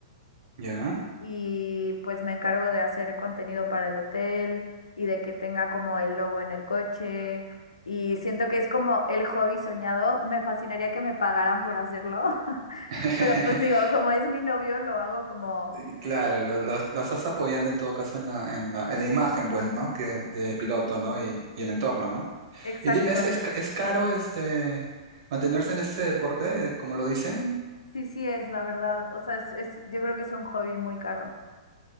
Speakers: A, on the right; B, on the left.
A: Ya.
B: y pues me encargo de hacer contenido para el hotel y de que tenga como el logo en el coche y siento que es como el hobby soñado, me fascinaría que me pagaran por hacerlo, <laughs>
A: <laughs>
B: pero pues digo, como es mi novio, lo hago como
A: Y Claro, lo- los, las estás apoyando en todo caso en la, en la, en la imagen, pues, ¿no? Que de piloto, ¿no? Y, y el entorno, ¿no?
B: exacto.
A: Y dime, ¿es, es, ca- es caro este mantenerse en este deporte, eh, como lo dicen?
B: Sí, sí es, la verdad. O sea, es, es, yo creo que es un hobby muy caro.